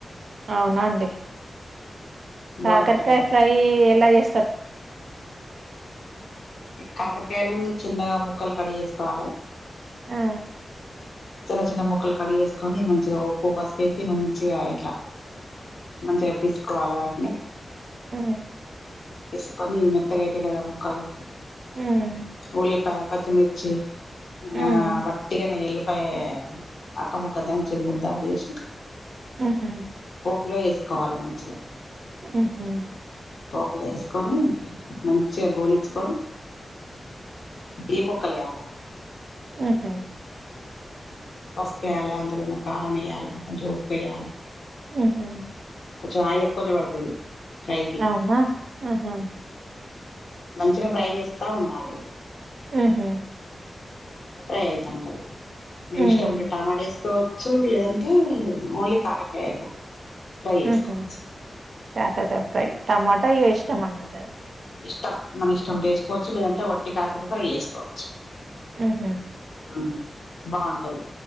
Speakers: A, on the right (about 70°); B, on the left (about 70°).
A: అవునా అండి కాకరకాయ
B: బాగుంటది
A: ఫ్రై ఎలా చేస్
B: కాకరకాయలు చిన్నగా ముక్కలు కడ్ చేసుకోవాలే
A: ఆ
B: చిన్న చిన్న ముక్కలు కడిగేసుకొని మంచిగా ఉప్పు పసుపేసి మంచిగా ఇట్లా మంచిగా పిసుకోవల వాటిని
A: ఉ
B: పిసుకోని మెత్తగైతై కదా ముక్కలు
A: ఉమ్
B: ఉల్లిపాయ, పచ్చిమిర్చి
A: హ్మ్.
B: ఆ పట్టిగానే ఎల్లిపోయ అక్క ముక్క దంచి ముద్దా చేసి
A: ఉహు
B: పప్పు లో వేసుకోవాలి మంచిగా
A: ఉహు
B: పోపుల వేసుకొని మంచిగా గోలిచ్చుకొని ఈ ము కలయాల
A: ఆహ
B: పసుపు ఎయాలి, అందులోన్న కారం వేయాలి, కొంచెం ఉప్పు వేయాలా.
A: ఉహు
B: కొంచెం ఆయల్ ఎక్కువనే పడుతది. ఫ్రైకి
A: అవునా ఆహా
B: మంచిగా ఫ్రై చేస్తా ఉండాలి.
A: ఆహ
B: ప్రైయితాంటది. మీ
A: హ్మ్.
B: ఇష్టం ఉంటె టమాటా వేసుకోవచ్చు. లేదంటే ఓన్లీ కాకరకాయ. ఫ్రై చేసుకోవచ్చు
A: ఉహు కాకరకాయి ఫ్రై, టమాటా ఇష్టం అన్నట్ది
B: ఇష్టం మన ఇష్టం ఉంటే వేసుకోవచ్చు. లేదంటే వట్టి కాకరకాయి ఫ్రై చేసుకోవచ్చు.
A: ఆహ
B: అవును బావుంటాయి.